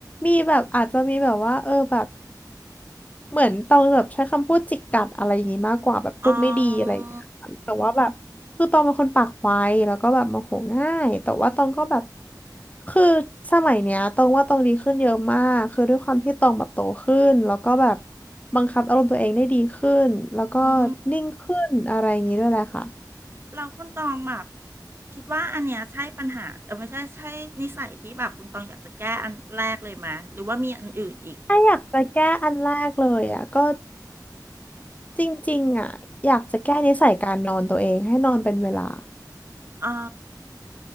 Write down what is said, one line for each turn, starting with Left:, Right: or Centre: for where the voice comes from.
Left: มีแบบอาจจะมีแบบว่าเออแบบ เหมือนตองแบบใช้คำพูดจิกกัดอะไรอย่างงี้มากกว่าแบบพูดไม่ดีอะไรอย่างเงี้ยค่ะแต่ว่าแบบคือตองเป็นคนปากไวแล้วก็แบบโมโหง่ายแต่ว่าตองก็แบบ
Right: อ๋อ
Left: คือสมัยเนี้ยตองว่าตองดีขึ้นเยอะมากคือด้วยความที่ตองแบบโตขึ้นแล้วก็แบบบังคับอารมณ์ตัวเองได้ดีขึ้นแล้วก็
Right: อืม
Left: นิ่งขึ้นอะไรอย่างงี้ด้วยแหละค่ะ
Right: เราคุณตองแบบคิดว่าอันเนี้ยใช่ปัญหาเออไม่ใช่ใช่นิสัยที่แบบคุณตองอยากจะแก้อันแรกเลยไหมหรือว่ามีอันอื่นอีก
Left: ถ้าอยากจะแก้อันแรกเลยอ่ะก็จริงๆอ่ะอยากจะแก้นิสัยการนอนตัวเองให้นอนเป็นเวลา
Right: อ๋อ